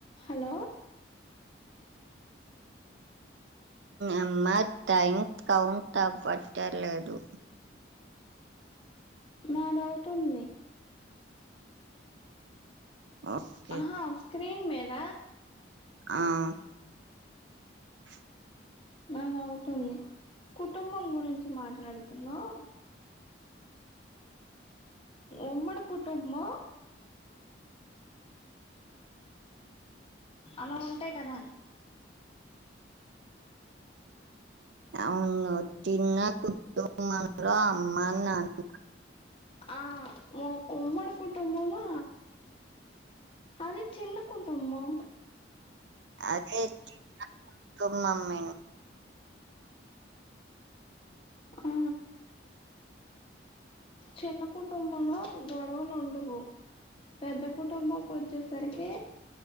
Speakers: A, on the left; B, on the right.
A: హలో <unintelligible>
B: అమ్మా టైం కౌంట్ అవట్లేదు
A: నాన్ అవుతుంది
B: ఓకే
A: ఆహా స్క్రీన్ మీద
B: ఆహ్ పిచ్
A: అద అవుతుంది కుటుంబం గురించి మాట్లాడు కుంధాం ఉమ్మడి కుటుంబం అలా ఉంటాయి కదా
B: అవును చిన్నా కుటుంబంలో అమ్మా నాన్న
A: ఆహ్ ఉమ్మడి కుటుంబంలో అది చిన్న కుటుంబం
B: అది చిన్న కుటుంబమే
A: ఆ చిన్న కుటుంబంలో గొడవలు ఉండవు పెద్ద కుటుంబంకి వచ్చేసరికి